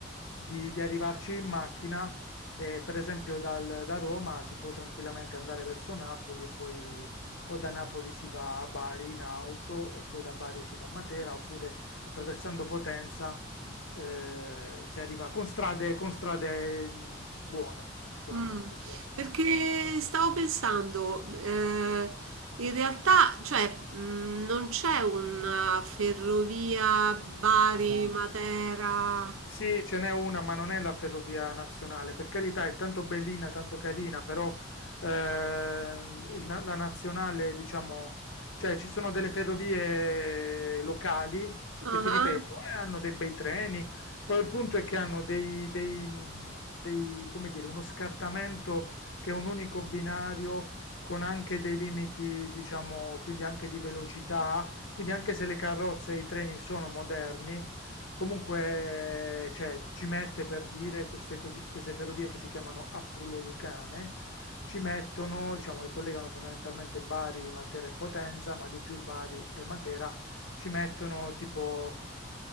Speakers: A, on the left (about 75°); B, on the right (about 85°).
A: di, di arrivarci in macchina. eh, per esempio, dal- da Roma si può tranquillamente andare verso Napoli e poi o da Napoli si va a Bari in auto e poi da Bari si va a Matera, oppure attraversando Potenza eh, si arriva con strade, con strade mh, buone, sicuramente
B: Mh,
A: strade buone
B: perché
A: comunque.
B: stavo pensando, ehm, in realtà, cioè, mhmm, non c'è una ferrovia No. Bari-Matera
A: Ah. Sì, ce n'è una, ma non è la ferrovia nazionale. Per carità, è tanto bellina, tanto carina, però ehm, il na- la nazionale, diciamo, cioè ci sono delle ferrovie locali che
B: ah-ah,
A: ti ripeto, eh, hanno dei bei treni. Poi il punto è che hanno dei, dei, mh, dei, come dire, uno scartamento che è un unico binario con anche dei limiti, diciamo, quindi anche di velocità quindi anche se le carrozze e i treni sono moderni, comunque cioè, ci mette per dire queste, cosi- queste ferrovie che si chiamano Appulo-Lucane, ci mettono,
B: ah-ah.
A: diciamo che collegano fondamentalmente Bari, Matera e Potenza, ma di più Bari e Matera, ci mettono tipo